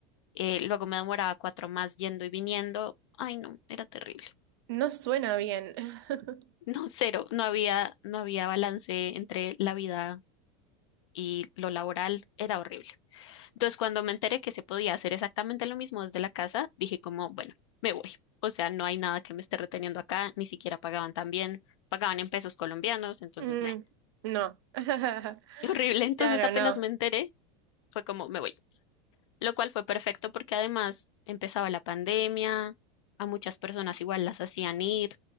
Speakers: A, on the left; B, on the right.
A: eh, luego me demoraba cuatro más yendo y viniendo. Ay, no, era terrible.
B: no suena bien. <laughs>
A: No, cero, no había, no había balance entre la vida y lo laboral, era horrible. Entonces, cuando me enteré que se podía hacer exactamente lo mismo desde la casa, dije como, bueno, me voy. O sea, no hay nada que me esté reteniendo acá, ni siquiera pagaban tan bien, pagaban en pesos colombianos, entonces,
B: Mm,
A: meh,
B: no. <laughs>
A: <laughs> horrible. Entonces,
B: Claro,
A: apenas
B: no.
A: me enteré, fue como, me voy. Lo cual fue perfecto porque además empezaba la pandemia, a muchas personas igual las hacían ir,